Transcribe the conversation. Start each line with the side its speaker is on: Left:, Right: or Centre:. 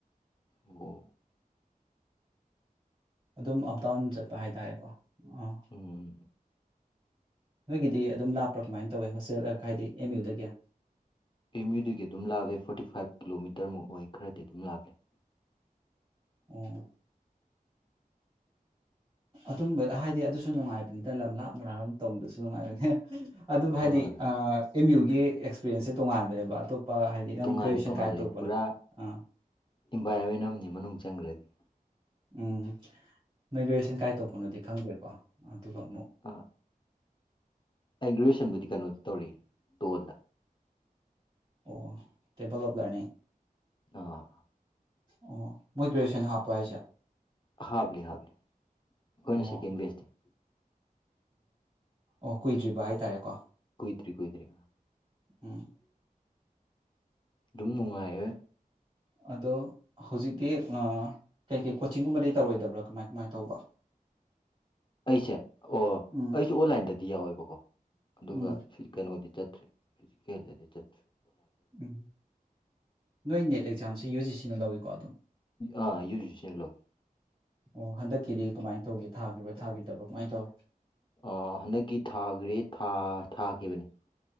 Left: ꯑꯣ
Right: ꯑꯗꯨꯝ ꯑꯞ ꯗꯥꯎꯟ ꯆꯠꯄ ꯍꯥꯏꯇꯥꯔꯦꯀꯣ ꯑꯥ
Left: ꯎꯝ
Right: ꯅꯣꯏꯒꯤꯗꯤ ꯑꯗꯨꯝ ꯂꯥꯞꯄ꯭ꯔꯥ ꯀꯃꯥꯏꯅ ꯇꯧꯋꯦ ꯍꯣꯁꯇꯦꯜ ꯍꯥꯏꯗꯤ ꯑꯦꯝ ꯌꯨꯗꯒꯤ
Left: ꯑꯦꯝ ꯌꯨꯗꯨꯒꯤ ꯑꯗꯨꯝ ꯂꯥꯞꯂꯦ ꯐꯣꯔꯇꯤ ꯐꯥꯏꯚ ꯀꯤꯂꯣꯃꯤꯇꯔꯃꯨꯛ ꯑꯣꯏ ꯈꯔꯗꯤ ꯑꯗꯨꯝ ꯂꯥꯞꯂꯦ <inaudible>
Right: ꯑꯣ ꯑꯗꯨꯝꯕ ꯍꯥꯏꯗꯤ ꯑꯗꯨꯁꯨ ꯅꯨꯡꯉꯥꯏꯕꯅꯤꯗ ꯂꯝ ꯂꯥꯞꯅ ꯂꯥꯞ ꯇꯧꯕꯗꯨꯁꯨ ꯅꯨꯡꯉꯥꯏꯕꯅꯤ ꯑꯗꯨꯕꯨ
Left: ꯍꯣꯏ
Right: ꯍꯥꯏꯗꯤ
Left: ꯍꯣꯏ ꯍꯣꯏ
Right: ꯑꯦꯝ ꯌꯨꯒꯤ ꯑꯦꯛꯁꯄꯤꯔꯦꯟꯁꯁꯦ ꯇꯣꯉꯥꯟꯕꯅꯦꯕ ꯑꯇꯣꯞꯄ ꯍꯥꯏꯗꯤ ꯅꯪ
Left: ꯇꯣꯡꯉꯥꯜꯂꯦ
Right: ꯀꯁꯟ
Left: ꯇꯣꯡꯉꯥꯜꯂꯦ
Right: ꯀꯥꯏ ꯇꯄꯅꯦ
Left: ꯄꯨꯔꯥ
Right: ꯑ
Left: ꯏꯟꯚꯥꯏꯔꯣꯟꯃꯦꯟ ꯑꯃꯅꯤ ꯃꯅꯨꯡ ꯆꯪꯈ꯭ꯔꯗꯤ
Right: ꯎꯝ ꯅꯣꯏ ꯒ꯭ꯔꯦꯌꯦꯁꯟ ꯀꯥꯏ ꯇꯧꯄꯅꯣꯗꯤ ꯈꯪꯗ꯭ꯔꯦꯀꯣ ꯑꯗꯨꯒ ꯑꯃꯨꯛ
Left: ꯑ ꯑꯩ ꯒ꯭ꯔꯦꯦꯁꯟꯕꯨꯗꯤ ꯀꯩꯅꯣꯗ ꯇꯧꯔꯤ ꯇꯣꯜꯗ
Right: ꯑꯣ ꯇꯦꯝꯄꯜ ꯑꯣꯐ ꯂꯔꯅꯤꯡ
Left: ꯑꯥ
Right: ꯑꯣ ꯃꯣꯏ ꯭ꯔꯦꯖꯨꯌꯦꯁꯟ ꯍꯥꯔꯄꯁꯦ
Left: ꯍꯥꯥꯎꯕ ꯍꯥꯕ ꯀꯣꯏꯅ
Right: ꯑꯣ
Left: ꯁꯀꯤ ꯏꯟꯚꯦꯁ
Right: ꯑꯣ ꯀꯨꯏꯗ꯭ꯔꯤꯕ ꯍꯥꯏꯇꯥꯔꯦꯀꯣ
Left: ꯀꯨꯣꯏꯗ꯭ꯔꯤ ꯀꯣꯏꯗ꯭ꯔꯤ
Right: ꯎꯝ
Left: ꯑꯗꯨꯝ ꯅꯨꯡꯉꯥꯏ
Right: ꯑꯗꯣ ꯍꯧꯖꯤꯛꯇꯤ ꯀꯩꯀꯩ ꯀꯣꯆꯤꯡꯒꯨꯝꯕꯗꯤ ꯇꯧꯔꯣꯏꯗꯕ꯭ꯔꯥ ꯀꯃꯥꯏ ꯀꯃꯥꯏ ꯇꯧꯕ
Left: <inaudible> ꯑꯩꯁꯦ ꯑꯣ
Right: ꯎꯝ
Left: ꯑꯩꯁꯨꯦ ꯑꯣꯟꯂꯥꯏꯟꯗꯗꯤ ꯌꯥꯎꯋꯦꯕꯀꯣ ꯑꯗꯨꯒ
Right: ꯎꯝ
Left: ꯁꯤ ꯀꯩꯅꯣꯗꯤ ꯆꯠꯇ꯭ꯔꯦ ꯐꯤꯖꯤꯀꯦꯜꯗꯗꯤ ꯆꯠꯇ
Right: ꯎꯝ ꯅꯣꯏ ꯅꯦꯠ ꯑꯦꯛꯖꯥꯝꯁꯦ ꯌꯨ ꯖꯤ ꯁꯤꯅ ꯂꯧꯋꯤꯀꯣ ꯑꯗꯨꯝ
Left: ꯑꯥ ꯌꯨꯖꯤꯁꯂꯣ
Right: ꯑꯣ ꯍꯟꯗꯛꯀꯤꯗꯤ ꯀꯃꯥꯏꯅ ꯇꯧꯒꯦ ꯊꯥꯈꯤꯕꯔꯤꯕ꯭ꯔꯥ ꯊꯥꯈꯤꯗꯕ ꯀꯃꯥꯏꯅ ꯇꯧꯏꯤ
Left: ꯑ ꯍꯟꯗꯛꯀꯤ ꯊꯥꯈ꯭ꯔꯦ ꯊꯥꯈꯤꯕꯅꯤ